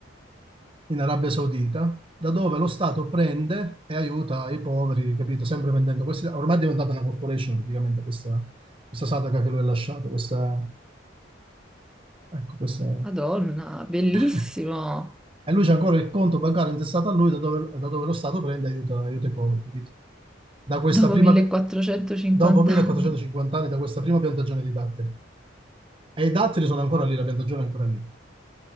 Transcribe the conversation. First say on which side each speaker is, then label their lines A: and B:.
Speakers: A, on the right; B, in the centre.
A: in Arabia Saudita, da dove lo Stato prende e aiuta i poveri, capito? Sempre vendendo questi. Ormai è diventata una corporation praticamente questa, questa Sadaqa che lui ha lasciato, questa, ecco, questa...
B: Madonna, bellissimo.
A: <laughs> E lui c'è ancora il conto bancario intestato a lui, da dove, da dove lo Stato prende e aiuta, aiuta i poveri, capito? Da questa
B: Dopo
A: prima,
B: 1450
A: dopo 1450
B: anni.
A: anni, da questa prima piantagione di datteri. E i datteri sono ancora lì, la piantagione è ancora lì.